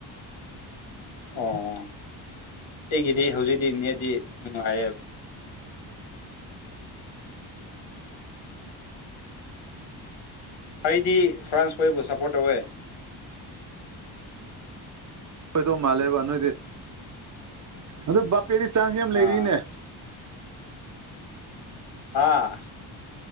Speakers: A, on the left; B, on the right.
A: ꯑꯣ ꯑꯩꯒꯤꯗꯤ ꯍꯧꯖꯤꯛꯇꯤ ꯅꯦꯗꯤ ꯅꯨꯡꯉꯥꯏꯌꯦꯕ ꯑꯩꯗꯤ ꯐ꯭ꯔꯥꯟꯁ ꯈꯣꯏꯕꯨ ꯁꯞꯄꯣꯔꯠ ꯇꯧꯋꯦ
B: ꯑꯣꯏꯗꯨꯏ ꯃꯥꯜꯂꯦꯕ ꯅꯣꯏꯗꯤ ꯑꯗ ꯑꯗꯨꯗꯤ ꯆꯥꯟꯁ ꯌꯥꯝ ꯂꯩꯔꯤꯅꯦ
A: ꯑꯥ ꯑꯥ